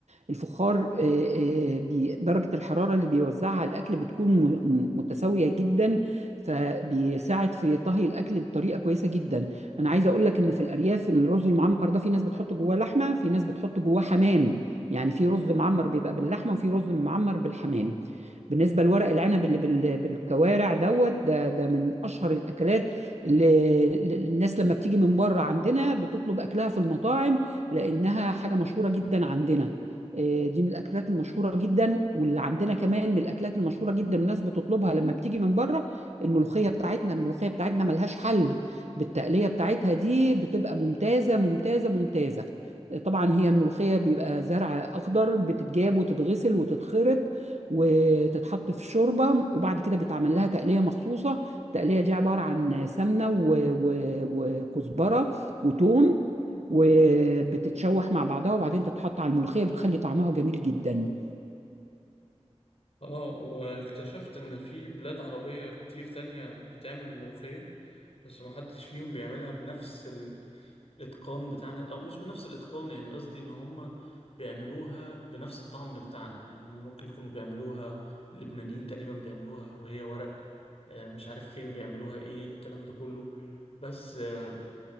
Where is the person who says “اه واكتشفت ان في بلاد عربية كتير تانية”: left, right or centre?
Left